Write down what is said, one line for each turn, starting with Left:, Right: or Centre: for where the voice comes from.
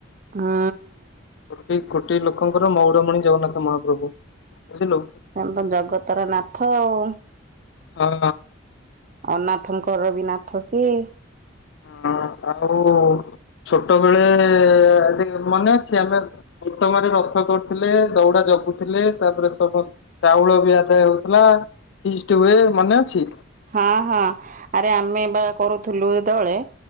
Right: ହୁଁ
Left: କୋଟି କୋଟି ଲୋକଙ୍କର ମଉଡମଣି ଜଗନ୍ନାଥ ମହାପ୍ରଭୁ। ବୁଝିଲୁ ହଁ।
Right: ସେ ଜଗତର ନାଥ ଆଉ।
Left: ହଁ।
Right: ଅନାଥଙ୍କର ବି ନାଥ ସିଏ
Left: ହଁ ଆଉ ଛୋଟବେଳେ ମନେ ଅଛି ଆମେ ଅଟ ମାର ରଥ କରୁଥିଲେ ଦଉଡା ଜଗୁଥିଲେ ତାପରେ ସମସ୍ତ ଚାଉଳ ବି ଆଦାୟ ହେଉଥିଲା। ଫିଷ୍ଟି ହୁଏ। ମନେ ଅଛି
Right: ହଁ ହଁ ଆରେ ଆମେ ବା କରୁଥିଲୁ ଯେତେବେଳେ